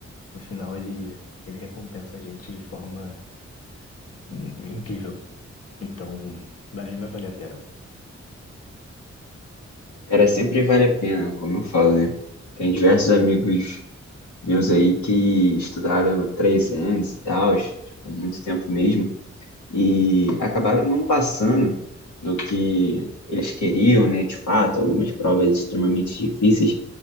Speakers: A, on the left (about 55°); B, on the left (about 75°).
A: no final ele, ele recompensa a gente de forma in- incrível. Então vai, vai valer a pena.
B: Cara, sempre vale a pena, como eu falo, né? Tem diversos amigos vi uns aí que estudaram três anos e tal, tipo, muito tempo mesmo, e acabaram não passando do que eles queriam, né? De fato, algumas provas extremamente difíceis,